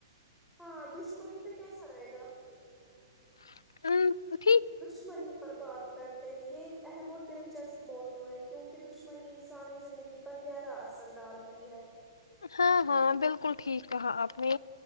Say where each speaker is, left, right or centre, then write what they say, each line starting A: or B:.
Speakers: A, in the centre; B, on the left.
A: ہاں دشمنی پہ کیسا رہے گا <inaudible>
B: ہوں
A: دشمنی پررباد کر یہ ایک اہم اور دلچسپ موضوع ہے کیونکہ دشمنی انسانی زندگی پر گہرا اثر ڈالتی ہے
B: ہاں ہاں بالکل ٹھیک کہا آپ نے